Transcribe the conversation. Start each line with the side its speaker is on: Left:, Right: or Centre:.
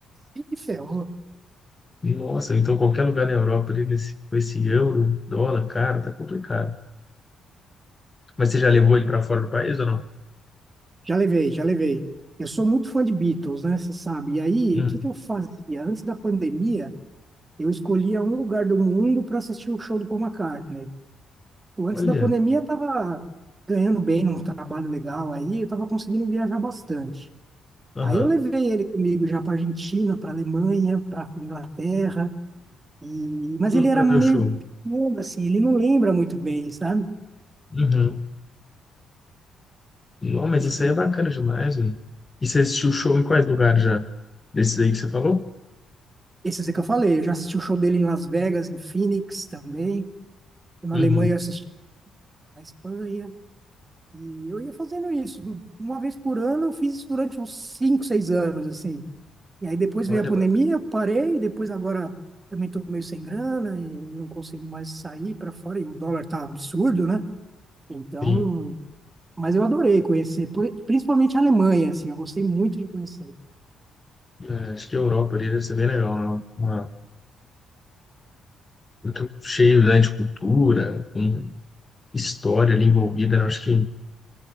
Right: Ih, ferrou.
Left: Nossa, então qualquer lugar na Europa ali, nesse, com esse euro, dólar, cara, tá complicado. Mas você já levou ele para fora do país ou não?
Right: Já levei, já levei. Eu sou muito fã de Beatles, né? Você sabe. E aí,
Left: Hum,
Right: o que que eu fazia? Antes da pandemia, eu escolhia um lugar do mundo para assistir o show do Paul McCartney. Antes
Left: olha,
Right: da pandemia, eu tava ganhando bem num trabalho legal aí, eu tava conseguindo viajar bastante.
Left: aham,
Right: Aí eu levei ele comigo já para Argentina, para Alemanha, para Inglaterra, e... mas
Left: tudo
Right: ele era
Left: para
Right: meio
Left: ver o show.
Right: pequeno, assim, ele não lembra muito bem, sabe?
Left: Uhum. Não, mas
Right: E
Left: isso aí é bacana demais, velho. E você assistiu o show em quais lugares já? Desses aí que você falou?
Right: esse é que eu falei, eu já assisti o show dele em Las Vegas, em Phoenix também, na
Left: Uhum.
Right: Alemanha eu assisti na Espanha, e eu ia fazendo isso. Uma vez por ano, eu fiz isso durante uns 5, 6 anos, assim. E aí depois
Left: Olha,
Right: veio a pandemia,
Left: mano,
Right: eu parei, depois agora também estou meio sem grana e não consigo mais sair para fora, e o dólar tá absurdo, né? Então,
Left: sim.
Right: mas eu adorei conhecer, por- principalmente a Alemanha, assim, eu gostei muito de conhecer.
Left: É, acho que a Europa ali deve ser bem legal, não? Uma, muito cheio, né, de cultura, com história ali envolvida, né? Acho que